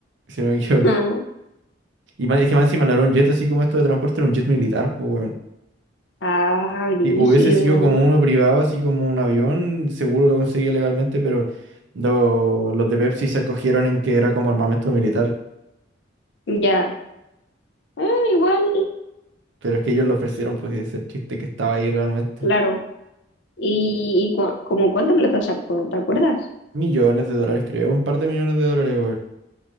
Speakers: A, on the right (about 65°); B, on the left (about 60°).
A: Si no me equivoco.
B: <laughs>
A: Y más- es que más encima no era un jet así como esto de transporte, era un jet militar, pues, weón.
B: Ah, brígido.
A: Si hubiese sido como uno privado, así como un avión, seguro lo conseguía legalmente, pero lo- los de Pepsi se acogieron en que era como armamento militar.
B: Ya. Ah, igual.
A: Pero es que ellos lo ofrecieron, pues ese es el chiste que estaba ahí realmente.
B: Claro. ¿Y, y cua- como cuánta plata sacó? ¿Te acuerdas?
A: Millones de dólares, creo, un par de millones de dólares, weón.